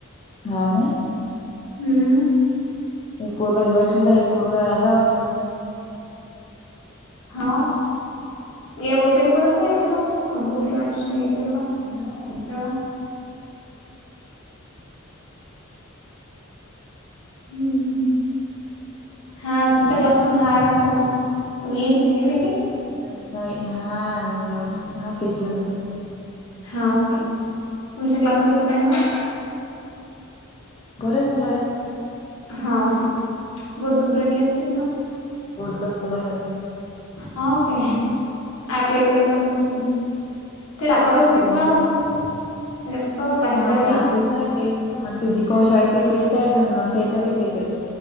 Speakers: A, on the left; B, on the left.
A: हां ना?
B: हम्म.
A: एक पोरगा हिवाळखंड हाय, एक पोरगा गावात हाय.
B: <unintelligible> <unintelligible>
A: हम्म <inaudible>
B: हम्म. हा, तुमच्या क्लासमध्ये हाय वाटतं मग, वीर, वीर आहे काय?
A: नाही, नाही हा नोडस, हा <unintelligible> मध्ये.
B: हा, काय तुमच्या क्लासमध्ये कोण आहे मग?
A: बरेच मुलं आहेत.
B: हा काय? बुद्धपुरातली असतील मग?
A: बुध <unintelligible> दस्त नाही आहे.
B: हाव काय, आपल्याकडे. क <unintelligible> अस ते टाकतच
A: आपले
B: नाहीत
A: मम्मी
B: ना, समजा जास्त- बाहेरगावी.
A: हा टा तेच आहे तेच आणि ते जीपाशा आहे त तेच आहेत आणि नशायच त तेच आहेत <unintelligible>